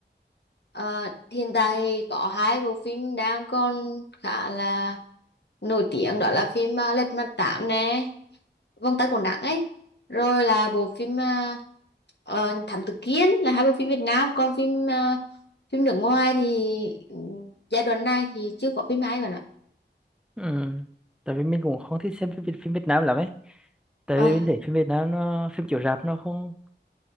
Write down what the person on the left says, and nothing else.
ờ, hiện tại thì có hai bộ phim đang còn khá là nổi tiếng đó là phim uh, Lật Mặt Tám nè Vòng Tay Của Nắng ấy rồi là bộ phim uh, uh, Thám Tử Kiên là hai bộ phim Việt Nam còn phim ờ, phim nước ngoài thì ừm, giai đoạn này thì chưa có phim hay bạn ạ
Ờ,